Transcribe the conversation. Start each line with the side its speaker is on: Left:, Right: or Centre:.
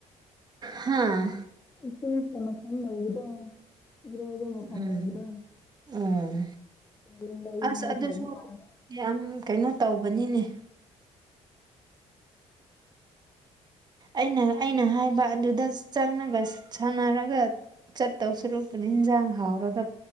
Right: ꯍꯥꯥ
Left: ꯏꯁꯤꯡ ꯁ ꯃꯐꯝ ꯂꯩꯕꯗꯣ ꯏꯔꯣꯏꯕ ꯃꯐꯝ
Right: ꯎꯝ
Left: ꯂꯩꯕꯗꯣ
Right: ꯎꯝ
Left: ꯇꯨꯔꯦꯟ
Right: ꯑꯁ ꯑꯗꯨꯁꯨ
Left: ꯍꯦꯟꯕ ꯀꯥꯟꯗ
Right: ꯌꯥꯝ ꯀꯩꯅꯣ ꯇꯧꯕꯅꯤꯅꯦ ꯑꯩꯅ ꯑꯩꯅ ꯍꯥꯏꯕ ꯑꯗꯨꯗ ꯆꯪꯉꯒ ꯁꯥꯟꯅꯔꯒ ꯆꯠꯇꯧ ꯁꯨꯔꯨꯄꯗ ꯏꯟꯖꯥꯡ ꯍꯥꯎꯔꯒ